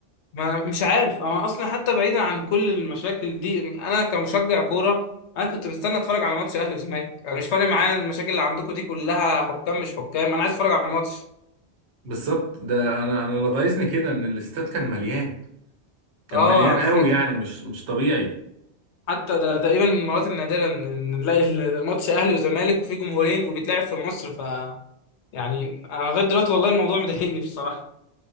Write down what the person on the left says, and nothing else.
ما مش عارف انا اصلا حتى بعيدا عن كل المشاكل دي انا كمشجع كورة انا كنت مستني اتفرج على ماتش اهلي وزمالك انا مش فارق معايا المشاكل اللي عندكم دي كلها حكام مش حكام انا عايز اتفرج على الماتش
اه
انا
فاكر
حتى ده تقريبا من المرات النادرة إن نلاقي ماتش أهلي وزمالك وفيه جمهورين وبيتلعب في مصر ف يعني أنا لغاية دلوقتي والله الموضوع مضايقني بصراحة